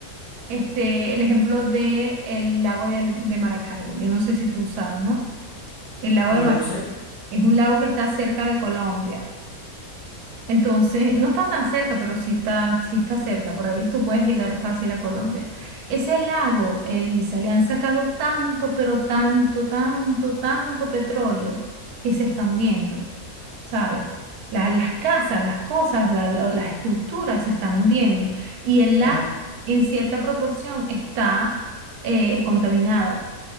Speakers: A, on the right; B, on the left.
A: este, el ejemplo de el lago de, de Maracaibo. Yo no sé si tú sabes, ¿no? El lago
B: No
A: de Maracaibo
B: lo sé.
A: es un lago que está cerca de Colombia. Entonces, no está tan cerca, pero sí está, sí está cerca. Por ahí tú puedes llegar fácil a Colombia. Ese lago, Elisa, le han sacado tanto, pero tanto, tanto, tanto petróleo que se está hundiendo, ¿sabes? La- las casas, las cosas, la- lo- las estructuras se están hundiendo. Y el
B: Ajá,
A: lago, en cierta proporción, está eh, contaminado.